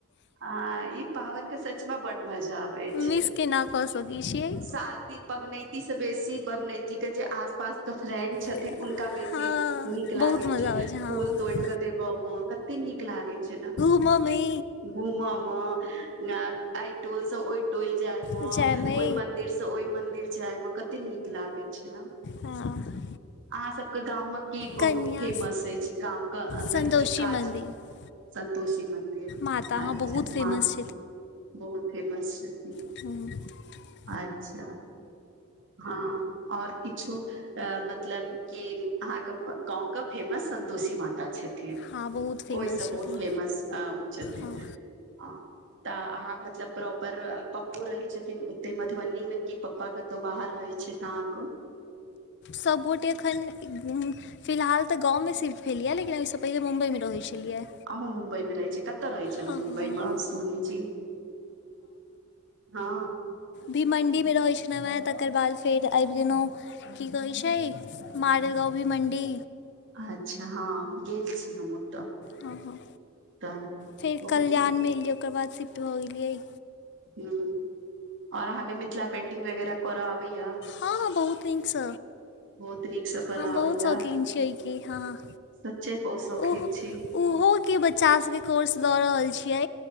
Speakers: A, on the right (about 60°); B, on the left (about 55°).
A: ह ई पाबैन के सचमे बड मजा आबे छै।
B: मिस केना कऽ सकै छियै
A: शादी पबनैती से बेसी पबनैत के जे आस पास के फ्रेंड छथिन।
B: हँ
A: उनका बेसी नीक
B: बहुत
A: लागै
B: मजा
A: छै
B: आबै हँ
A: फूल तोइड़ कऽ देबमे कते नीक लागे छै। ने
B: ममी
A: घूमऽ मे अइ टोल स ओइ टोइल जाय मे
B: जायमे
A: ओहि मंदिर से ओहि मंदिर जाय मे कते नीक लागैत छै। न
B: हँ।
A: अहाँ सबके गाम मे की बहुत
B: कन्या
A: फेमस अछि। गाम के अन्दर
B: सन्तोषी
A: की काज
B: मन्दिर
A: संन्तोषी मन्दिर
B: माता
A: अच्छा
B: हँ बहुत
A: म
B: फेमस
A: बहुत फेमस छथिन
B: हुॅं
A: अच्छा। हँ अओर किछु अ मतलब कि अहाँके गाँव के फेमस सं तोषी माता छथिन।
B: हँ बहुत फेमस
A: ओहिसँ
B: छथिन
A: बहुत फेमस ओ छथिन।
B: हँ
A: ह तऽ अहाँ मतलब प्रॉपर पप्पो रहै छथिन। ओते मधुबनी मे कि पप्पा क बाहर रहै छैथ अहाँक
B: सब गोटे अखन फिलहाल तऽ गाँव मे सिर भेलयै लेकिन तऽ पहिले मुम्बइमे रहै छलियै।
A: अहु मुंबइ मे रहय छै। कत रहै छेलौ
B: हँ
A: मुंबईमे
B: हँ
A: सोनीजी हँ
B: भी मण्डीमे रहै छलौ हॅं तकर बाद फेर आबि गेलौ की कहै छै। मारेल गाँवभीमण्डी
A: अच्छा हँ गेल छी हम ओतऽ
B: हँ हँ
A: तऽ
B: फेर
A: बहुत
B: कल्याणमे
A: नीक
B: एलियै ओकर बाद सिफ्ट भऽ गेलियै।
A: ह और अहाँकेँ मिथिला पेटिग वगेरह करऽ आबैया
B: हँ हँ बहुत निक स
A: बहुत नीकसँ करऽ
B: हम
A: आबैया
B: बहुत शौकीन छियै एहिके। ह ह
A: सच्चे बहुत शौकीन
B: ओहो
A: छी
B: ओहोके बच्चा सभके कोर्स दऽ रहल छियै।